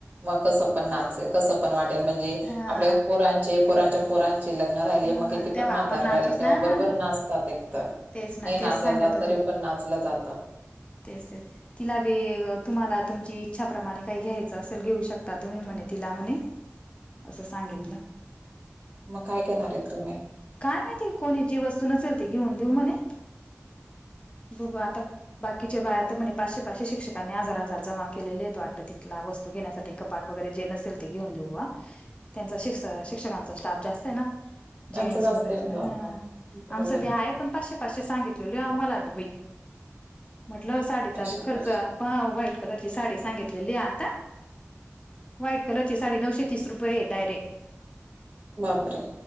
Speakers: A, on the right; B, on the left.
A: मग कसं पण नाचेल कसं पण वाटेल म्हणजे
B: हा
A: आपल्या पोरांचे पोरांच्या पोरांचे लग्न राहिले
B: हा
A: मग किती
B: तेव्हा
A: पण म्हातार
B: आपण नाचूच
A: राहिले तेव्हा
B: ना
A: बरोबर नाच एक तर
B: तेच ना
A: नाही नाचलं
B: तेच सांगत
A: जात
B: होत्या
A: तरी पण नाचलं जातं
B: तेच तेच तिला वे तुम्हाला तुमची इच्छाप्रमाणे काही घ्यायचं असेल, घेऊ शकता तुम्ही म्हणे तिला म्हणे. असं सांगितलं
A: हम्म, मग काय घेणार आहेत तुम्ही?
B: काय माहिती कोणी जी वस्तू नसेल ती घेऊन देऊ म्हणे. बघू आ ता बाक कीचे बायात म्हणे पाचशे पाचशे शिक्षकांनी हजार हजार जमा केले आहेत वाटतं, तिथला वस्तू घेण्यासाठी पाठ वगैरे जे नसेल ते घेऊन देऊ बा. त्यां शिक्षकांचा स्टाफ जास्त आहे ना.
A: त्यांचं
B: जेंट्स
A: जास्त
B: वगैरे
A: येऊन जात
B: ह,
A: बरोबर
B: आमचं ब आहे पण पाचशे पाचशे सांगितलेले आम्हाला तर बई. म्हटलं साडीचा
A: असे
B: बी खर्च ह व्हाईट कलरची साडी सांगितलेली आहे आता. व्हाईट कलरची साडी नऊशे तीस रुपये डायरे
A: बापरे!